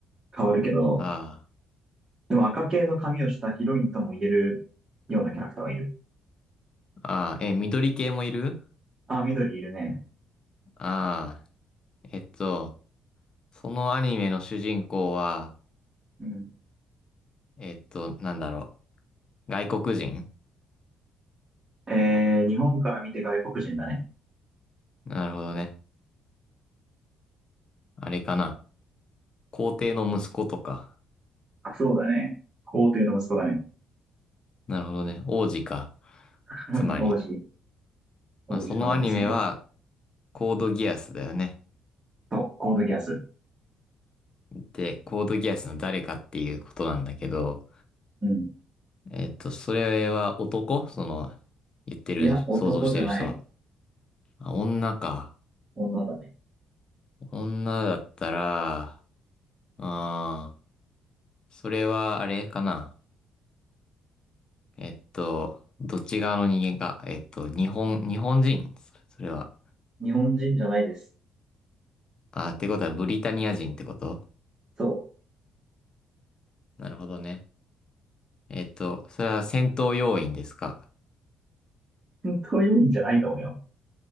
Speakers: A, on the right; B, on the left.
A: 変わるけど、
B: あ
A: でも赤系の髪をしたヒロインとも言えるようなキャラクターはいる。
B: あ、ああ、えー緑系もいる
A: あ、緑いるね。
B: ああ、えっと、そのアニメの主人公は、
A: うん。
B: えっと、なんだろう。外国人
A: えー、日本から見て外国人だね。
B: なるほどね。あれかな。皇帝の息子とか。
A: あ、そうだね。皇帝の息子だね。
B: なるほどね。王子か。
A: <laughs>
B: つまり、
A: 王子、王子様ですね。
B: まあ、そのアニメは、コードギアスだよね。
A: そう、コードギアス。
B: で、コードギアスの誰かっていうことなんだけど、
A: うん。
B: えっと、それは男その、言ってる、
A: いや、男じゃない。
B: 想像してる人は。あ、女か。
A: 女だね。
B: 女だったら、あー、それはあれかな。えっと、どっち側の人間か。えっと、日本、日本人そそれは。
A: 日本人じゃないです。
B: あー、ってことはブリタニア人ってこと
A: そう。
B: なるほどね。えっと、それは戦闘要員ですか
A: <laughs> 戦闘要員じゃないと思うよ。